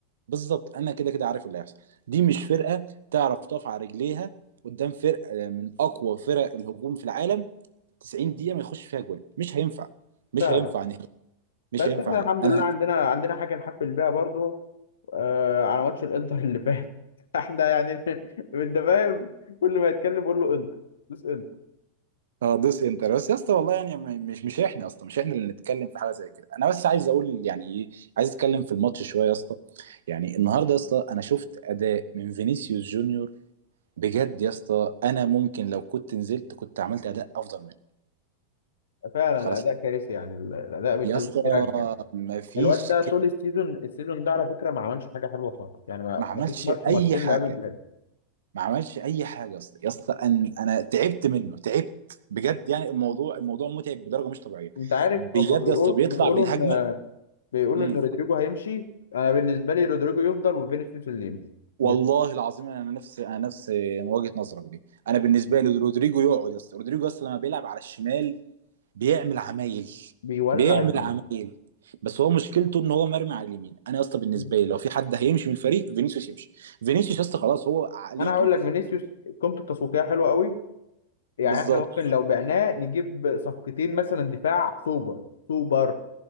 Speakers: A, on the right; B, on the left.
A: بالظبط انا كده كده عارف اللي هيحصل دي مش فرقه تعرف تقف على رجليها قدام فرقه آه، من اقوى فرق الهجوم في العالم 90 دقيقه ما يخش فيها جوان مش هينفع مش
B: فعلا
A: هينفع نهائي مش
B: بس
A: هينفع
B: احنا
A: نهائي
B: الحمد
A: انا
B: لله عندنا عندنا حاجه نحفل بيها برضو آه على ماتش الانتر اللي فات <laughs> احنا يعني <laughs> انت فاهم كل ما يتكلم يقول له انتر بس انتر
A: اه دوس انتر بس يا اسطى والله يعني م- مش مش احنا اصلا مش احنا اللي نتكلم في حاجه زي كده انا بس عايز اقول يعني ايه عايز اتكلم في الماتش شويه يا اسطى يعني النهارده يا اسطى انا شفت اداء من فينيسيوس جونيور بجد يا اسطى انا ممكن لو كنت نزلت كنت عملت اداء افضل منه
B: فعلا الاداء
A: خلاص
B: كارثي يعني ال- الاداء بيخليك
A: يا اسطى
B: ترجع
A: مفيش
B: الواد ده طول السيزون السيزون ده على فكره ما عملش حاجه حلوه خالص يعني ما
A: ما عملش
B: ما فيش ماتش
A: اي
B: ماتشين
A: حاجه
B: لعبهم حلو
A: ما عملش اي حاجه يا اسطى يا اسطى أن- انا تعبت منه تعبت بجد يعني الموضوع الموضوع متعب بدرجه مش طبيعيه
B: انت عارف
A: بجد
B: هم بيقول
A: يا اسطى بيطلع
B: بيقولوا
A: بالهجمه
B: بيقولوا
A: امم
B: ان رودريجو هيمشي انا بالنسبه لي رودريجو يفضل وفينيسيوس اللي يمشي
A: والله
B: بي-
A: العظيم انا نفس انا نفس وجهه نظرك دي انا بالنسبه لي رودريجو يقعد يا اسطى رودريجو يا اسطى لما بيلعب على الشمال بيعمل عمايل
B: بيولع
A: بيعمل
B: الدنيا
A: عمايل بس هو مشكلته ان هو مرمي على اليمين انا يا اسطى بالنسبه
B: مم.
A: لي لو في حد هيمشي من الفريق فينيسيوس يمشي فينيسيوس يا اسطى خلاص هو عقليته
B: انا هقول لك فينيسيوس قيمته التسويقيه حلوه قوي يعني
A: بالظبط
B: احنا ممكن لو بعناه نجيب صفقتين مثلا دفاع سوبر سوبر